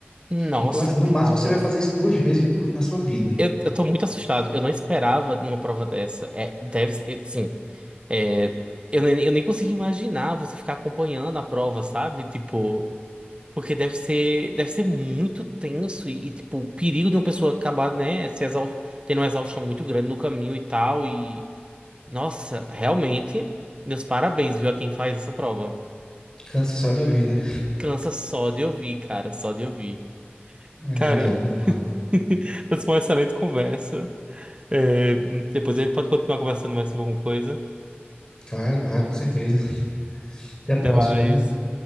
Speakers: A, on the right; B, on the left.
A: Uhum. Nossa,
B: Então, assim,
A: cara.
B: no máximo você vai fazer isso duas vezes por- na sua vida.
A: Eu, eu tô muito assustado. Eu não esperava de uma prova dessa. É, deve ser, assim. é, eu, nem, eu nem consigo imaginar você ficar acompanhando a prova, sabe? Tipo, porque deve ser, deve ser muito tenso e, e, tipo, o perigo de uma pessoa acabar, né, se exau- tendo uma exaustão muito grande no caminho e tal. E, nossa, realmente, meus parabéns, viu, a quem faz essa prova.
B: Cansa só de ouvir, né?
A: Cansa só de ouvir, cara, só de ouvir.
B: É
A: Cara,
B: verdade, concordo.
A: <laughs> mas foi uma excelente conversa. É, depois a gente pode continuar conversando mais sobre alguma coisa.
B: Claro, claro, com certeza. Até a próxima,
A: Até mais.
B: viu?